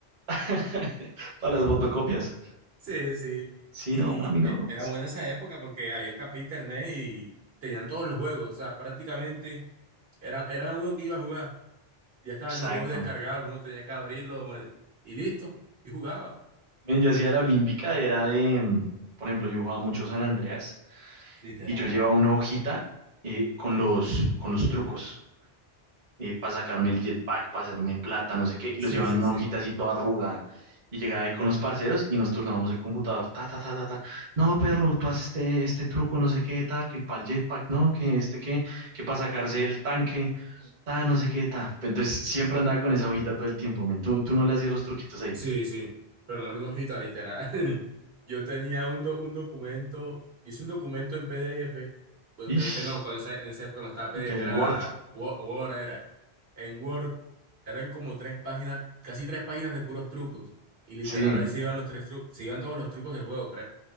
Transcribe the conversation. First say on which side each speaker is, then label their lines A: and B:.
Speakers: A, on the right; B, on the right.
A: <laughs> para las fotocopias.
B: Sí, sí.
A: Sí,
B: Y
A: no, a mí no.
B: eh, era
A: Sí,
B: buena esa época porque había café e internet y tenían todos los juegos. O sea, prácticamente era, era uno que iba a jugar. Ya estaban
A: exacto.
B: los juegos descargados, uno tenía que abrirlo ma- y listo. Y jugaba.
A: Men, yo hacía la olímpica, era de, mm, por ejemplo, yo jugaba mucho San Andreas
B: Literal.
A: y yo llevaba una hojita eh, con los, con los trucos para sacarme el jetpack, para hacerme plata, no sé qué, y
B: Sí,
A: los llevaba
B: sí,
A: en una
B: sí.
A: hojita así toda arrugada. Y llegaba ahí con los parceros y nos turnábamos el computador. Ta, ta, ta, ta, ta. No, perro, tú haces este, este truco, no sé qué, ta, que el pal jetpack, no, que este, que, que para sacarse el tanque ta, no sé qué, ta. Entonces siempre andaba con esa hojita todo el tiempo, men. Tú, tú no le hacías los truquitos ahí.
B: Sí, sí, pero no era una hojita, literal. <laughs> Yo tenía un, do- un documento, hice un documento en PDF, bueno,
A: Ish,
B: PDF no, cuando esa- en esa época no estaba PDF,
A: el
B: era
A: Word.
B: Wo- Word, era. En Word eran como tres páginas, casi tres páginas de puros trucos, y literal
A: Sí,
B: ahí se iban los tres trucos, se iban todos los trucos del juego, creo.